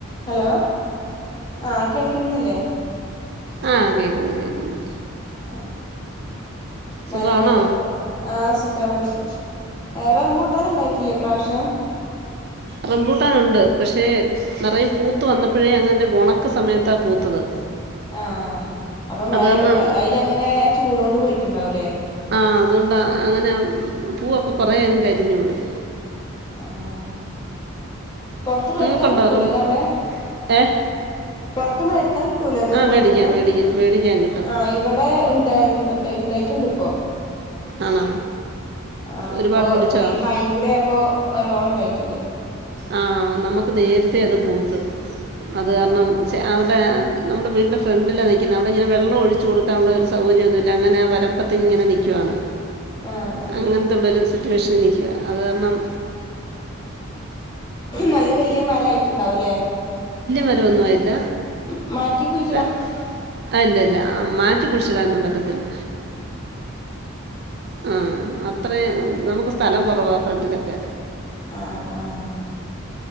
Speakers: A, on the left; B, on the right.
A: Hello ആഹ് കേൾക്കുന്നില്ലേ?
B: ആഹ കേക്കുന്നു കേക്കുന്നു.
A: ആ
B: സുഖമാണോ
A: നല്ലത് ആ സുഖമാണ് വിശേഷം ഏ റംബൂട്ടാൻ ഉണ്ടായിട്ടില്ലേ ഇപ്രാവശ്യം.
B: റംമ്പുട്ടാനുണ്ട് പക്ഷേ നിറയേ പൂത്ത് വന്നപ്പോഴേ അങ്ങനല്ല ഉണക്ക സമയത്താ പൂത്തത്.
A: ആഹ് അപ്പൊ മഴ
B: അത് കാരണം
A: അതിൽ അങ്ങനെ ചൂടൊണ്ട് പോയി. ഉണ്ടാവുല്ലേ?
B: ആ അതുകൊണ്ടാ അങ്ങനെ പൂവൊക്കെ കുറെേ അങ്ങ് കരിഞ്ഞു പോയി.
A: ആഹ് പൊറത്ത് മേടിക്കാൻ
B: നിങ്ങൾക്കുണ്ടോ
A: കിട്ടൂലേ
B: റംബൂ
A: അതവിടെ
B: ഏ
A: പൊറത്ത് മേടിക്കാൻ കിട്ടൂലേ അത്
B: ആ
A: പൊറത്തുന്ന്
B: മേടിക്കാം മേടിക്കാം മേടിക്കാൻ കിട്ടും
A: ആ ഇവിടെ ഉണ്ടായി ഇണ്ടായിട്ടുണ്ട് ഇപ്പോ.
B: ആണോ?
A: ആ
B: ഒരുപാട്
A: അപ്പൊ
B: പിടിച്ചോ
A: ഈ മഴയും കൂടി അപ്പൊ നല്ലോണം ആയിട്ടുണ്ട്.
B: ആഹ് നമുക്ക് നേരത്തെേ അത് പൂത്ത്. അത് കാരണം
A: ആഹ്
B: ച അവിടെ നമ്മുടെ വീടിന്റെ ഫ്രണ്ടിലാ നിൽക്കുന്നേ അവിടെ ഇങ്ങനെ വെള്ളം ഒഴിച്ച് കൊടുക്കാനുള്ള ഒരു സൗകര്യമൊന്നുമില്ല അങ്ങനെ വരമ്പത്ത് ഇങ്ങനെ നിൽക്കുവാണ്.
A: ആഹ് ആഹ്
B: അങ്ങനത്തുള്ളൊരു സിറ്റേഷനി നിക്കുവാ അത് കാരണം
A: നല്ല വലിയ മരായിട്ടുണ്ടാവൂല്ലേ?
B: മരം ഒന്നും ആയില്ല.
A: മ് മാറ്റി കുഴി
B: ര- ആ, ഇല്ല ഇല്ല ആ, മാറ്റി കുഴിച്ചിടാനൊന്നും പറ്റത്തില്ല ആഹ് അത്രെയും നമുക്ക് സ്ഥലം കൊറവാ ഫ്രണ്ടിലൊക്കെ
A: ആഹ് ആഹ്